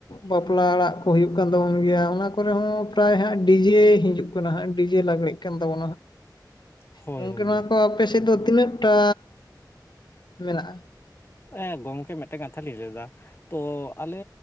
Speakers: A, on the left; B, on the left.
A: ᱵᱟᱯᱞᱟ ᱚᱲᱟᱜ᱾ ᱦᱩᱭᱩᱜ ᱠᱟᱱ ᱛᱟᱵᱚᱱ ᱜᱮᱭᱟ ᱚᱱᱟ ᱠᱚᱨᱮ ᱦᱚᱸᱚᱸ ᱯᱨᱟᱭ ᱦᱟᱸᱜ ᱰᱤᱡᱮ ᱦᱤᱡᱩᱜ ᱠᱟᱱᱟ ᱦᱟᱸᱜ ᱰᱤᱡᱮ ᱞᱟᱜᱽᱲᱮᱜ ᱠᱟᱱ ᱛᱟᱵᱚᱱᱟ ᱦᱟᱸᱜ᱾
B: <unintelligible> ᱦᱳᱭ
A: ᱜᱚᱝᱠᱮ
B: ᱦᱳᱭ
A: ᱱᱚᱣᱟ ᱠᱚ ᱟᱯᱮ ᱥᱮᱫ ᱫᱚ ᱛᱤᱱᱟᱹᱜ ᱴᱟ ᱢᱮᱱᱟᱜ-ᱟ?
B: ᱦᱮᱸ ᱜᱚᱢᱠᱮ ᱢᱤᱫᱴᱮ ᱠᱟᱛᱷᱟ ᱞᱤᱧ ᱞᱟᱹᱭᱫᱟ᱾ ᱛᱚ ᱟᱞᱮ